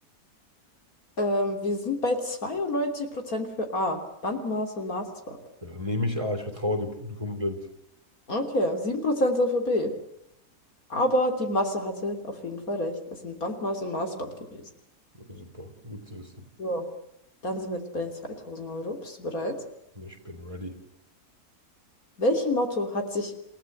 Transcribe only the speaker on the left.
Ähm, wir sind bei 92% für A. Bandmaß und Maßband.
Okay, 7% sind für B. Aber die Masse hatte auf jeden Fall recht. Es sind Bandmaß und Maßband gewesen.
So, dann sind wir jetzt bei den 2000 Euro. Bist du bereit?
Welchem Motto hat sich